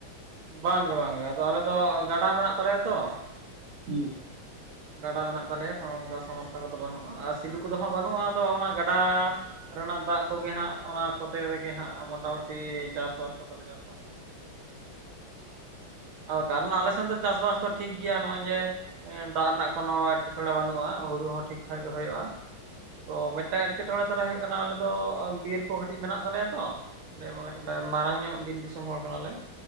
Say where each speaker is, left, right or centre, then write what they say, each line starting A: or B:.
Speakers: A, on the right (about 75°); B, on the right (about 60°).
A: ᱵᱟᱝᱜᱮ
B: ᱡᱟᱦᱟᱸ ᱛᱤᱱᱟᱹᱜ
A: ᱵᱟᱝᱜᱮ,
B: ᱞᱤᱧ
A: ᱟᱫᱚ
B: ᱢᱚᱱᱮᱭᱮᱫᱟ
A: ᱟᱞᱮ ᱫᱚ ᱜᱟᱰᱟ ᱢᱮᱱᱟᱜ ᱛᱟᱞᱮᱭᱟ ᱛᱚ ᱾
B: ᱦᱩᱸ᱾
A: ᱜᱟᱰᱟ ᱢᱮᱱᱟᱜ ᱛᱟᱞᱮᱭᱟ ᱛᱚ ᱚᱱᱠᱟ ᱥᱚᱢᱚᱥᱥᱟ ᱠᱚᱫᱚ ᱵᱟᱹᱱᱩᱜᱼᱟ ᱟᱨ ᱥᱤᱫᱩ ᱠᱚᱫᱚ ᱦᱟᱸᱜ ᱵᱟᱹᱱᱩᱜᱼᱟ ᱟᱫᱚ ᱚᱱᱟ ᱜᱟᱰᱟ ᱨᱮᱱᱟᱜ ᱫᱟᱜ ᱠᱚᱜᱮ ᱦᱟᱸᱜ, ᱚᱱᱟ ᱠᱚᱛᱮ ᱛᱮᱜᱮ ᱦᱟᱸᱜ, ᱢᱚᱴᱟᱢᱩᱴᱤ ᱪᱟᱥᱵᱟᱥ ᱠᱚᱫᱚᱞᱮ ᱪᱟᱥᱵᱟᱥᱟ ᱾ ᱟᱫᱚ ᱠᱟᱨᱚᱱᱟ ᱟᱞᱮ ᱥᱮᱱ ᱫᱚ ᱪᱟᱥᱵᱟᱥ ᱫᱚ ᱴᱷᱤᱠ ᱜᱮᱭᱟ ᱱᱚᱜᱼᱚᱭ ᱡᱮ ᱫᱟᱜ ᱨᱮᱱᱟᱜ ᱠᱳᱱᱳ ᱮᱴᱠᱮᱴᱚᱬᱮ ᱵᱟᱹᱱᱩᱜᱼᱟ, ᱦᱳᱲᱩ ᱦᱚᱸ ᱴᱷᱤᱠ ᱴᱷᱟᱠ ᱜᱮ ᱦᱳᱭᱳᱜᱼᱟ ᱾ ᱛᱚ ᱢᱮᱫᱴᱟᱝ ᱮᱴᱠᱮᱴᱚᱲᱮ ᱛᱟᱞᱮ ᱦᱳᱭᱳᱜ ᱠᱟᱱᱟ, ᱟᱞᱮ ᱫᱚ ᱵᱤᱨ ᱠᱚ ᱠᱟᱹᱴᱤᱡ ᱢᱮᱱᱟᱜ ᱛᱟᱞᱮᱭᱟ ᱛᱚ᱾ ᱚᱸᱰᱮ
B: ᱦᱮᱸ
A: ᱠᱟᱹᱴᱤᱡ ᱢᱟᱨᱟᱝ ᱧᱚᱜ ᱵᱤᱨ ᱫᱤᱥᱚᱢ ᱦᱚᱲ ᱠᱟᱱᱟᱞᱮ,